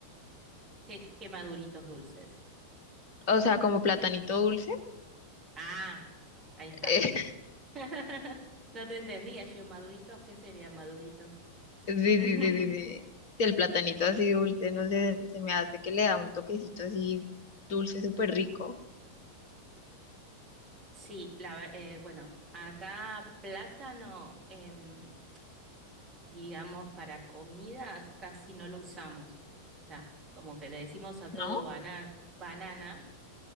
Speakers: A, on the right (about 20°); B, on the left (about 45°).
A: ¿Qué, qué maduritos dulces?
B: O sea, como platanito dulce.
A: Ah, ahí está.
B: <laughs> eh,
A: <laughs> No te entendía, yo, maduritos, ¿qué serían maduritos?
B: sí, sí,
A: <laughs>
B: sí, sí, sí. Sí, El platanito así dulce, no sé, se me hace que le da un toquecito así dulce súper rico,
A: Sí, la, ver- eh, bueno, acá plátano, em, digamos, para comidas casi no lo usamos. O sea, como que le decimos a
B: ¿no?
A: todo bana- banana